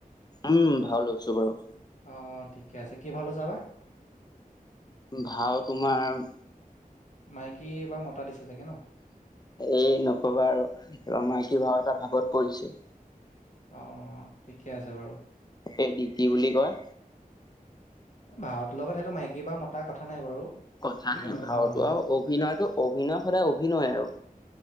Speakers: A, on the left; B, on the left.
A: উম, ভাও লৈছোঁ বাৰু।
B: অ' ঠিকে আছে। কি ভাও লৈছা বা?
A: ভাও তোমাৰ
B: মাইকী বা মতা দিছে চাগে ন'?
A: এ নক'বা আৰু এইবাৰ মাইকী ভাও এটা ভাগত পৰিছে
B: অঅ অ ঠিকে আছে বাৰু
A: এই ডিতি বুলি কয়
B: এই ভাওতোৰ লগত সেইটো মাইকী বা মতাৰ কথা নাই বাৰু
A: কথা
B: যিকোনো
A: নাই
B: এটা
A: ভাওতো
B: ভাও হ'লে হ'ল
A: আৰু অভিনয়টো অভিনয় সদায় অভিনয় আৰু